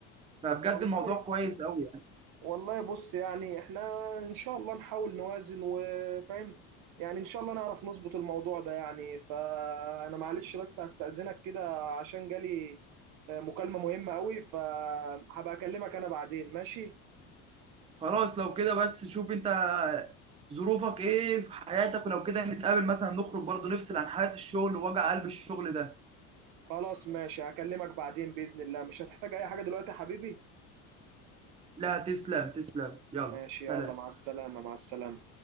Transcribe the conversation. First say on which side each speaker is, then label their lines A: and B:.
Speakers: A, on the right (about 20°); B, on the right (about 65°).
A: فبجد
B: والله
A: الموضوع كويس قوي يعني
B: والله بص يعني احنا ان شاء الله نحاول نوازن وفاهم يعني ان شاء الله نعرف نظبط الموضوع ده يعني فانا معلش بس هستأذنك كده عشان جالي آه، مكالمة مهمة قوي فهبقى اكلمك انا بعدين ماشي
A: خلاص لو كده بس شوف انت ظروفك ايه في حياتك ولو كده نتقابل مثلا نخرج برضو نفصل عن حياه الشغل ووجع قلب الشغل ده
B: خلاص ماشي هكلمك بعدين بإذن الله مش هتحتاج اي حاجة دلوقتي يا حبيبي
A: لا تسلم تسلم يلا
B: ماشي
A: سلام
B: يلا مع السلامة مع السلامة